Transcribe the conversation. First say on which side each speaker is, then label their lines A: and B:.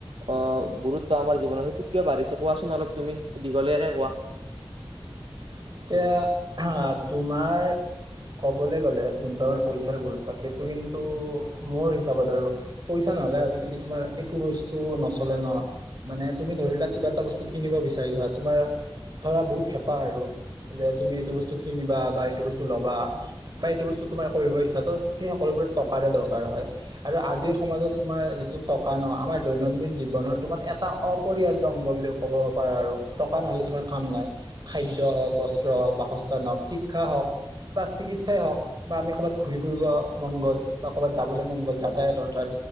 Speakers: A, on the right; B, on the right.
A: অ', গুৰুত্ব আমাৰ জীৱনত সেইটো কিয় বাঢ়িছে, কোৱাচোন অলপ তুমি দীঘলীয়াকে কোৱা।
B: এতিয়া <unintelligible> তোমাৰ কবলে গ'লে যোন ত পইচাৰ গুৰুত্ব, সেইটো কিন্তু মোৰ হিচাপত আৰু পইচা নহ'লে আজিকালি তোমাৰ একো বস্তু নচলে নহয়। মানে তুমি ধৰি লোৱা কিবা এটা বস্তু কিনিব বিচাৰিছা, তোমাৰ ধৰা বহুত হেঁপাহ আৰু যে তুমি এইটো বস্তু কিনিবা বা এইটো বস্তু ল'বা। বা এইটো বস্তু তোমাৰ কৰিব ইচ্ছা, ত' সেই সকলোবোৰত টকাৰে দৰকাৰ হয়। আৰু আজিৰ সমাজত তোমাৰ যিটো টকা নহ, আমাৰ দৈনন্দিন জীৱনৰ তোমাৰ এটা অপৰিহাৰ্য অংগ বুলি ক ক'ব পাৰা আৰু, টকা নহ'লে তোমাৰ কাম নাই খাদ্য হওক বস্ত্ৰ হওঁক, বাসস্থান হওঁক, শিক্ষা হওক বা চিকিৎসাই হওঁক বা আমি ক'বাত ঘূৰি ফুৰিব মন গ'ল বা ক'বাত যাবলে মন গ'ল যাতায়ত, অৰ্থাৎ